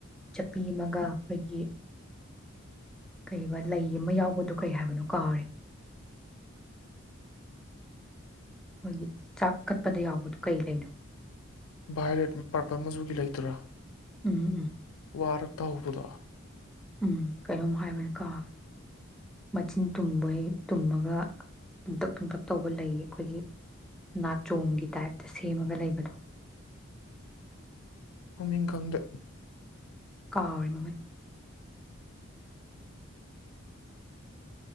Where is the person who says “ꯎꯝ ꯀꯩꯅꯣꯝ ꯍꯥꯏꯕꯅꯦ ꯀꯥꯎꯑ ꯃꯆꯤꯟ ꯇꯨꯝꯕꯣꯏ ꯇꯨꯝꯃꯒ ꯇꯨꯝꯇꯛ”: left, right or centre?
Centre